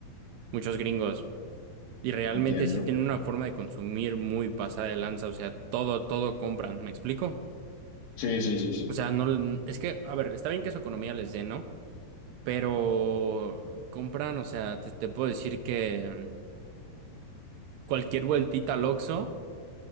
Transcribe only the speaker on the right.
muchos gringos. Y realmente
sí tienen una forma de consumir muy pasada de lanza, o sea, todo, todo compran, ¿me explico?
O sea, no, es que, a ver, está bien que su economía les dé, ¿no? Pero compran, o sea, te, te puedo decir que cualquier vueltita al Oxxo,